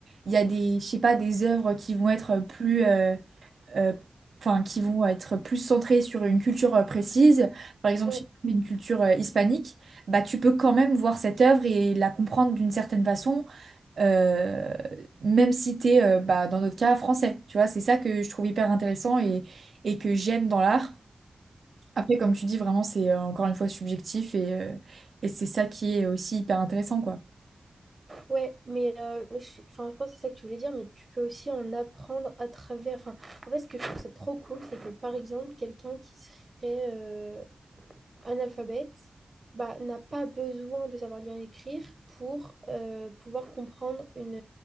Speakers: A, on the right; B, on the right.
A: il y a des, je sais pas, des œuvres qui vont être plus... euh, euh, Enfin, qui vont être plus centrées sur une culture euh, précise, par exemple,
B: ouais.
A: si tu pas, une culture euh, hispanique, bah, tu peux quand même voir cette œuvre et la comprendre d'une certaine façon, euh, même si tu es, bah, dans notre cas, français. Tu vois, c'est ça que je trouve hyper intéressant et, et que j'aime dans l'art. Après, comme tu dis, vraiment, c'est euh, encore une fois subjectif et, euh, et c'est ça qui est aussi hyper intéressant, quoi.
B: Ouais, mais euh, je, enfin, je pense que c'est ça que tu voulais dire, mais tu peux aussi en apprendre à travers. Enfin, en fait, ce que je trouve ça trop cool, c'est que par exemple, quelqu'un qui serait euh, analphabète bah, n'a pas besoin de savoir lire et écrire pour euh, pouvoir comprendre une,